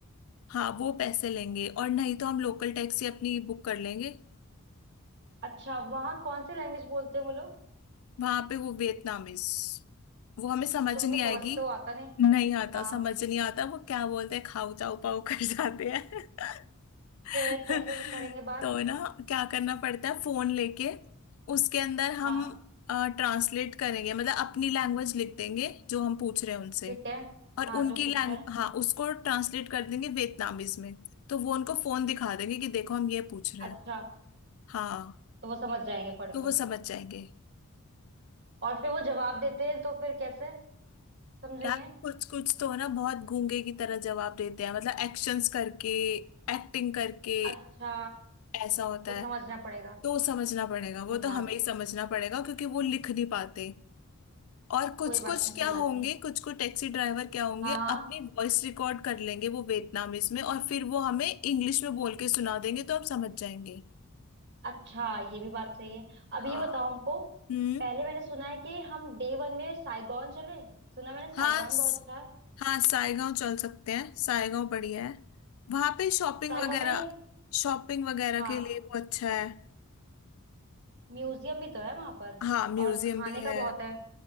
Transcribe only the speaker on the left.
हाँ वो पैसे लेंगे और नहीं तो हम लोकल टैक्सी अपनी बुक कर लेंगे
वहां पे वो वियतनामीज वो हमें समझ
नहीं आएगी
नहीं आता
समझ नहीं आता वो क्या बोलते हैं खाऊ जाऊ पाऊ कर जाते हैं <laughs>
तो ना क्या करना पड़ता है फोन लेके उसके अंदर हम
ट्रांसलेट करेंगे मतलब अपनी लैंग्वेज लिख देंगे जो हम पूछ रहे हैं उनसे
और
उनकी
लैंग
हाँ उसको ट्रांसलेट कर देंगे वियतनामीज में तो वो उनको फोन दिखा देंगे कि देखो हम ये पूछ रहे
हैं हाँ
तो वो
समझ जाएंगे
यार कुछ कुछ तो है ना बहुत गूंगे की तरह जवाब देते हैं मतलब एक्शंस करके एक्टिंग करके
ऐसा होता
है
तो समझना पड़ेगा वो
तो
हमें ही समझना पड़ेगा क्योंकि वो लिख नहीं पाते और कुछ
कुछ
क्या
होंगे
कुछ कुछ टैक्सी ड्राइवर क्या होंगे
अपनी वॉइस रिकॉर्ड कर लेंगे वो वियतनामीज में और फिर वो हमें इंग्लिश में बोल के सुना देंगे तो हम समझ जाएंगे
हाँ
हम्म
हाँ
हाँ सायगांव चल सकते हैं सायगांव बढ़िया है वहां पे शॉपिंग
वगैरह
शॉपिंग वगैरह
के लिए वो अच्छा है
हाँ म्यूजियम
भी है